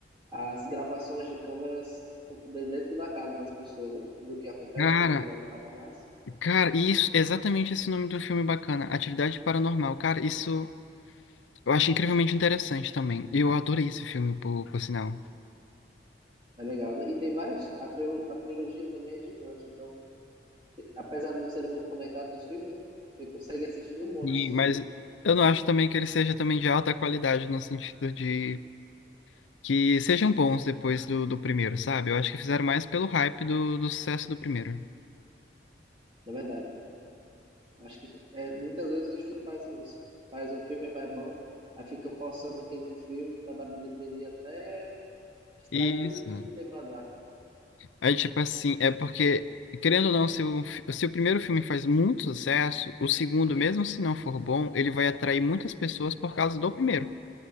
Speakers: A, on the right (about 25°); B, on the left (about 80°).
A: as gravações de câmeras de- dentro da casa das pessoas, né? Do que acontece
B: cara,
A: de atividades paranormais.
B: Cara, isso, exatamente esse nome de um filme bacana, Atividade Paranormal. Cara, isso eu acho incrivelmente interessante também. Eu adorei esse filme, por, por sinal.
A: É legal, né? E tem vários. A, trilo- a trilogia também é gigante, então, te- apesar de não serem muito conectados os filmes, né? Você consegue assistir um monte
B: E,
A: seguido,
B: mas eu não acho também que ele seja também de alta qualidade, no sentido de que sejam bons depois do, do primeiro, sabe? Eu acho que fizeram mais pelo hype do, do sucesso do primeiro.
A: na verdade. Acho que é, muitas vezes o estúdio faz isso. Faz um filme, vai bom, aí fica forçando aquele filme para dar bilheteria até extrai
B: Isso.
A: tudo que o filme tem pra dar.
B: Aí, tipo assim, é porque, querendo ou não, se o, fi- se o primeiro filme faz muito sucesso, o segundo, mesmo se não for bom, ele vai atrair muitas pessoas por causa do primeiro.